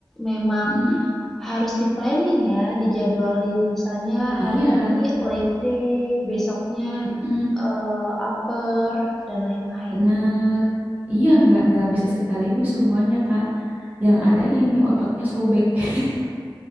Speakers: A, in the centre; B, on the right (about 20°).
A: memang
B: Mm-mm.
A: harus di-planning ya, dijadwalin misalnya
B: Iya,
A: hari ini leg day, besoknya
B: mm-mm,
A: eh, upper dan lain-lain.
B: bener. Iya, nggak nggak bisa sekaligus semuanya, Kak. Yang ada ini ototnya sobek. <laughs>